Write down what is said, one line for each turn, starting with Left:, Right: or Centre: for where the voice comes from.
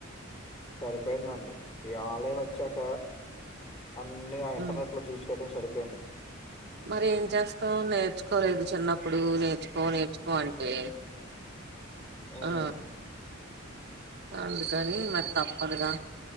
Left: సరిపోయిందండి ఈ ఆన్లైన్ వచ్చాక అన్ని ఆ ఇంటర్నెట్
Right: మ్మ్
Left: లో చూసియడం సరి పోయింది
Right: మరి ఏం చేస్తాం నేర్చుకోలేదు చిన్నప్పుడు నేర్చుకో నేర్చుకో అంటే
Left: ఉమ్
Right: ఆ అందుకని మరి తప్పదుగా